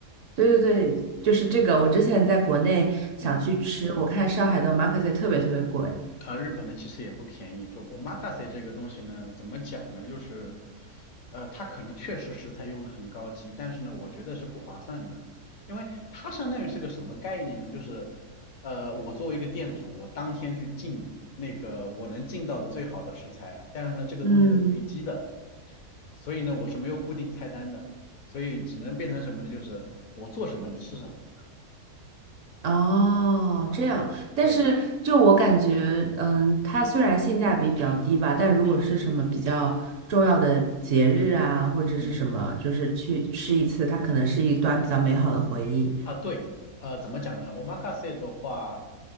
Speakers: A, on the right (about 60°); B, on the left (about 60°).
A: 对对对，就是这个。我之前在国内想去吃，
B: 嗯，
A: 我看上海的 omakase 特别特别贵，
B: 啊，日本的其实也不便宜。就 omakase 这个东西呢，怎么讲呢？就是，呃，它可能确实食材用的很高级，但是呢，我觉得是不划算的，因为它相当于是个什么概念呢？就是，呃，我作为一个店主，我当天去进那个我能进到的最好的食材，但是呢，这个东西是随机的，
A: 嗯。
B: 所以呢，我是没有固定菜单的，所以只能变成什么呢？就是我做什么你吃什么。
A: 哦，
B: 啊，
A: 这样，但是就我感觉，
B: 对，
A: 嗯，它虽然性价比比较低吧，但如果是什么比较重要的节日啊，或者是什么，
B: 嗯嗯
A: 就是去吃一次，它可能是一段比较美好的回忆。
B: 啊，对，呃，怎么讲呢？omakase 的话，